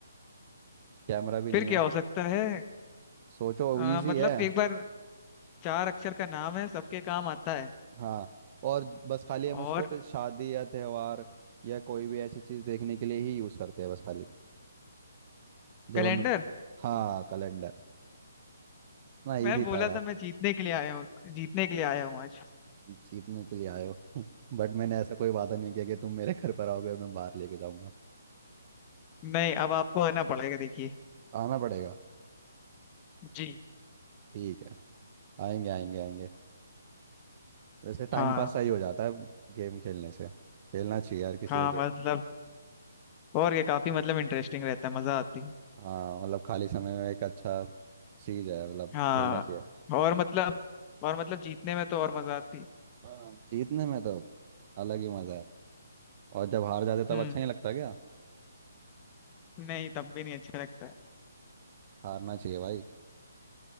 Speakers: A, on the right (about 30°); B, on the left (about 20°).
A: कैमरा भी
B: फिर
A: नहीं
B: क्या
A: है
B: हो सकता है
A: सोचो
B: अ,
A: इजी
B: मतलब
A: है
B: एक बार चार अक्षर का नाम है सबके काम आता है
A: हाँ और बस खाली हम उसको
B: और
A: शादी या त्योहार या कोई भी ऐसी चीज देखने के लिए ही यूज करते हैं बस खाली
B: कैलेंडर
A: जब हम हाँ कैलेंडर ना
B: मैं
A: इजी
B: बोला
A: था यार
B: था मैं जीतने के लिए आया हूँ जीतने के लिए आया हूँ आज
A: जीतने के लिए आए हो <laughs> बट मैंने ऐसा कोई वादा नहीं किया कि तुम मेरे घर पर आओगे और मैं बाहर लेके जाऊंगा
B: नहीं अब आपको आना पड़ेगा देखिए
A: आना पड़ेगा
B: जी
A: ठीक है आएंगे आएंगे आएंगे वैसे टाइम
B: हाँ
A: पास सही हो जाता है गेम खेलने से खेलना चाहिए यार किसी
B: हाँ
A: को गेम
B: मतलब और क्या काफी मतलब इंटरेस्टिंग रहता है मजा आती है
A: हाँ मतलब खाली समय में एक अच्छा चीज है मतलब
B: हाँ
A: खेलना चाहिए
B: और मतलब और मतलब जीतने में तो और मजा आती
A: हाँ, जीतने में तो अलग ही मजा है और जब हार जाते
B: हम्म
A: तब अच्छा नहीं लगता क्या
B: नहीं तब भी नहीं अच्छा लगता है
A: हारना चाहिए भाई